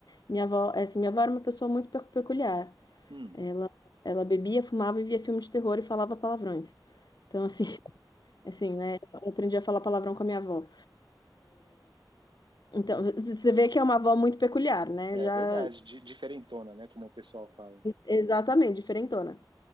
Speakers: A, on the left; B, on the right.
A: Minha avó, é, assim, minha avó era uma pessoa muito pe- peculiar.
B: Hum,
A: Ela, ela bebia, fumava e via filme de terror e falava palavrões. Então, assim, <laughs> assim, né? Eu aprendi a falar palavrão com a minha avó. Então, <laughs> c- você vê que é uma avó muito peculiar, né?
B: é
A: Já,
B: verdade, di- diferentona, né? Como o pessoal fala.
A: exatamente, diferentona.